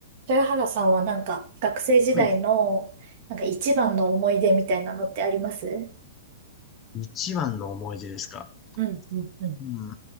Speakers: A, on the right; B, on the left.
A: 豊原さんはなんか学生時代のなんか一番の思い出みたいなのってあります
B: はい。一番の思い出ですか。
A: うん、うん、うん。
B: うん。